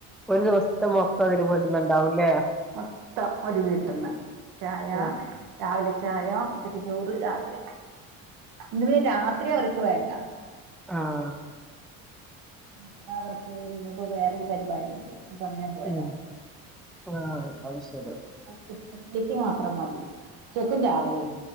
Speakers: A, in the centre; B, on the right.
A: ഒര് ദിവസ്ത്ത മൊത്തം അതില് പെട്ണ് ണ്ടാവുല്ലെ
B: മൊത്തം ഒരു വീട്ട്ന്ന് ചായ
A: ആഹ്
B: രാവില ച്ചായ ഉച്ചക്ക് ചോറ് രാത്രി ഇന്ന് രാത്രി അവർക്ക് വേണ്ട
A: ആഹ്‌
B: ഇന്ന് അവർക്ക് ഇന്ന്പ്പൊ വേറൊരു പരിവാടി ഇണ്ട് അപ്പ അങ്ങനെ പോയതാ
A: ഉം ആഹ് അത് ശരി
B: അപ്പൊ ഉച്ചതേക്ക് മാത്രം മതി ഉച്ചക്കും രാവിലിം